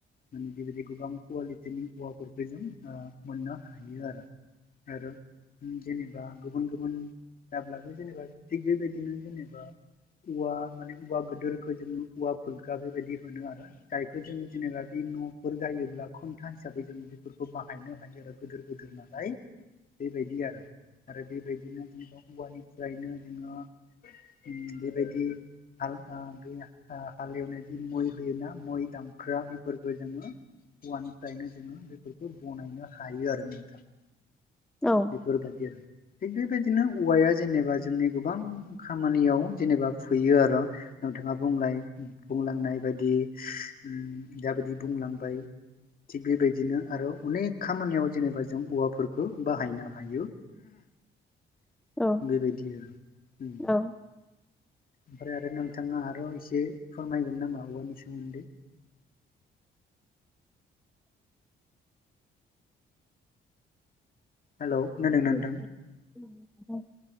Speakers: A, on the left (about 45°); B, in the centre.
A: माने बेबायदि गोबां कुवालिटिनि औवाफोरखौ जों ओ मोननो हायो आरो। आरो उम जेनेबा गुबुन गुबुन जाब्लाबो जेनेबा थिग बेबायदिनो जेनेबा औवा माने औवा गोदोरखौ जोङो औवा फुलखा बेबायदि होनो आरो जायखौ जों जेनेबा बे न'फोर गायोब्ला खुनथा हिसाबै जों बेफोरखौ बाहायनो हायो आरो गोदोर गोदोर नालाय बेबायदि आरो। आरो बेबायदिनो जेनेबा औवानिफ्रायनो जोङो उम बेबायदि हाल आ बे ओ हालेवनायनि मै होयोना मै दांखोआ बेफोरखो जोङो औवानिफ्रायनो जोङो बेफोरखो बनायनो हायो आरो नोंथां।
B: औ
A: बेफोरबादि आरो। थिग बेबायदिनो औवाया जेनेबा जोंनि गोबां खामानियाव जेनेबा फैयो आरो। नोंथाङा बुंलाय बुंलांनाय बायदि ओम जाबायदि बुंलांबाय <inaudible> थिग बेबायदिनो आरो अनेख खामानियाव जेनेबा जों औवाफोरखो बाहायनो हायो।
B: औ
A: बेबायदि आरो उम।
B: औ
A: ओमफ्राय आरो नोंथाङा आरो एसे फोरमायगोन नामा औवानि सोमोन्दै? हेलौ खोनादोंना नोंथां
B: <inaudible>